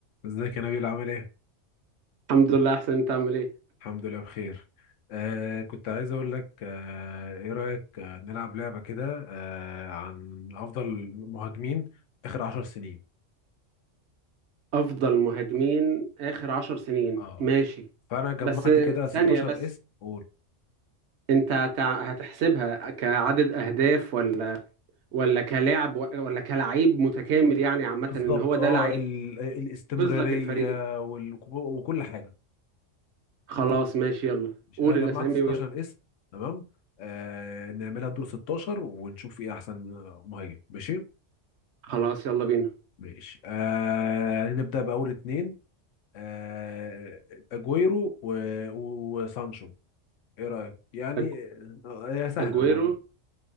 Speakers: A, on the left (about 85°); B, on the right (about 65°).
A: ازيك يا نبيل عامل ايه؟
B: الحمد لله احسن انت عامل ايه
A: الحمد لله بخير آه كنت عايز اقول لك آه ايه رأيك آه نلعب لعبة كده آه عن افضل مهاجمين اخر عشر سنين
B: افضل مهاجمين اخر عشر سنين
A: اه
B: ماشي
A: فانا جمعت
B: بس
A: كده 16
B: ثانية بس
A: اسم قول
B: انت هت- هتحسبها كعدد اهداف ولا ولا كلاعب ولا كلعيب متكامل يعني عامة
A: بالظبط
B: ان هو ده
A: اه
B: لعيب
A: ال الاستمرارية
B: ينقذ لك الفريق
A: وال وكل حاجة
B: خلاص ماشي يلا
A: مش
B: قول
A: انا جمعت
B: الاسامي
A: 16
B: ويلا
A: اسم تمام آه نعملها دور 16 ونشوف ايه احسن مهاجم ماشي؟
B: خلاص يلا بينا
A: ماشي آه نبدأ بأول اتنين آه، اجويرو و... و- وسانشو ايه رايك يعني
B: أج-
A: آه، هي سهله
B: اجويرو
A: برضه.